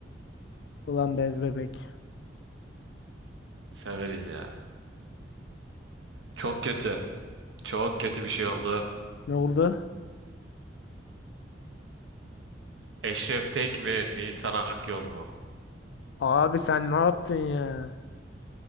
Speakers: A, on the left (about 65°); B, on the right (about 80°).
A: Ulan bez bebek.
B: Severiz ya. Çok kötü. Çok kötü bir şey oldu.
A: Ne oldu?
B: Eşref Tek mi Nisan Akyol mu?
A: Abi sen ne yaptın ya?